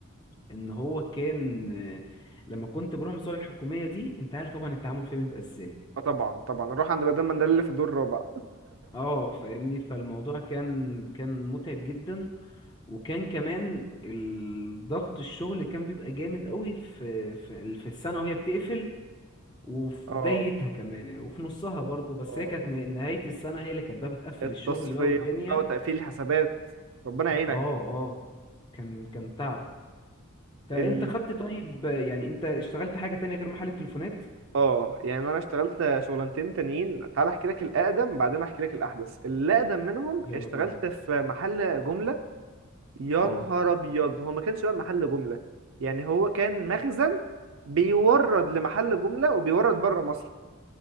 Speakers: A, on the left; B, on the right.
A: ان هو كان آه، لما كنت بروح المصالح الحكومية دي انت عارف طبعا التعامل فيها بيبقى ازاي
B: آه طبعا طبعا نروح عند مدام مندل اللي في الدور الرابع
A: اه فاهمني فالموضوع كان كان متعب جدا وكان كمان الضغط الشغل كان بيبقى جامد قوي في في في السنة وهي بتقفل وفي
B: اه
A: بدايتها كمان يعني وفي نصها برضو بس
B: اه
A: هي كانت ن- نهاية السنة هي اللي كانت بقى بتقفل
B: التصفيات
A: الشغل بقى والدنيا
B: بقى وتقفيل الحسابات ربنا يعينك
A: اه اه كان كان تعب طب
B: ال...
A: انت خدت طيب يعني انت اشتغلت حاجة تانية غير محل التليفونات
B: اه يعني انا اشتغلت شغلانتين تانيين تعال احكي لك الاقدم بعدين احكي لك الاحدث الاقدم منهم
A: يلا
B: اشتغلت
A: بينا
B: في محل جمله يا
A: اه
B: نهار ابيض هو ما كانش بقى محل جمله يعني هو كان مخزن بيورد لمحل جمله وبيورد بره مصر